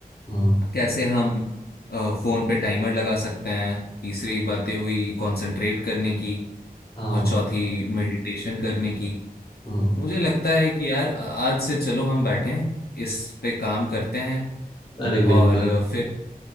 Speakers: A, on the left; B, on the left.
A: हम्म
B: कैसे हम अ, फोन पे टाइमर लगा सकते हैं तीसरी बातें हुई कंसंट्रेट करने की
A: हाँ
B: और चौथी मेडिटेशन करने की
A: हम्म
B: मुझे लगता है कि यार आज से चलो हम बैठें इस पे काम करते हैं
A: अरे बिल्कुल
B: और फिर